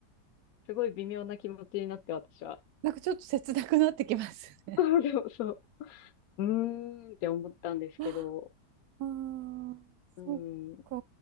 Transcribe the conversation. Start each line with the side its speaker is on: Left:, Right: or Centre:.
Left: すごい微妙な気持ちになって私は。
Right: なんかちょっと切なくなってきますね。
Left: <laughs> そうそうそう。うーんって思ったんですけど、
Right: <laughs> あー
Left: うん、
Right: そっか
Left: う